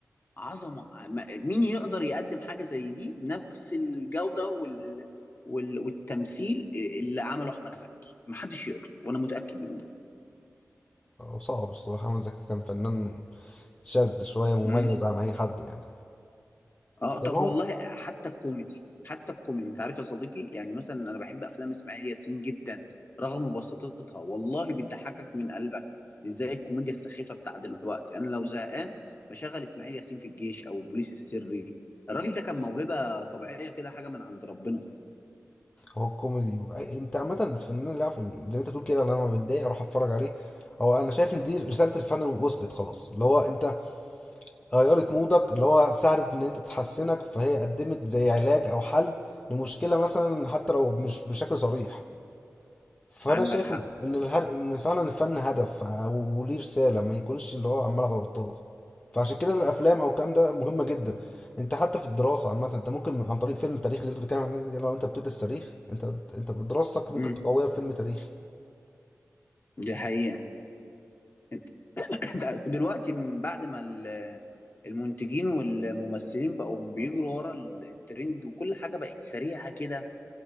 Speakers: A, on the left; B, on the left.
A: عظمه ما- مين يقدر يقدم حاجه زي دي بنفس الجوده وال... وال... والتمثيل اللي عمله احمد زكي محدش يقدر وانا متاكد من
B: صعب الصراحة أحمد زكي كان فنان شاذ شوية مميز
A: ده
B: عن أي حد يعني
A: اه طب
B: كان هو
A: والله حتى الكوميدي حتى الكوميدي انت عارف يا صديقي يعني مثلا انا بحب افلام اسماعيل ياسين جدا رغم بساطتها والله بتضحكك من قلبك مش زي الكوميديا السخيفه بتاع دلوقتي انا لو زهقان بشغل اسماعيل ياسين في الجيش او البوليس السري الراجل ده كان موهبه طبيعيه كده حاجه من عند ربنا
B: هو الكوميدي و- أنت عامة الفنان اللي عارف زي ما أنت بتقول كده أنا لما بتضايق أروح أتفرج عليه هو أنا شايف إن دي رسالة الفن وصلت خلاص اللي هو أنت غيرت مودك اللي هو ساعدت إن أنت تحسنك فهي قدمت زي علاج أو حل لمشكلة مثلا حتى لو مش بشكل صريح فانا
A: عندك
B: شايف
A: حق
B: ان ان الهد... ان فعلا الفن هدف او ليه رساله ما يكونش اللي هو عمال على بطال فعشان كده الافلام او الكلام ده مهمه جدا انت حتى في الدراسه عامه انت ممكن عن طريق فيلم تاريخي زي اللي بتتكلم عنه كده، لو انت بتدرس تاريخ انت انت بدراستك ممكن
A: امم
B: تقويها بفيلم تاريخي
A: دي حقيقه انت <laughs> انت دلوقتي من بعد ما ال- المنتجين والممثلين بقوا بيجروا ورا الترند وكل حاجه بقت سريعه كده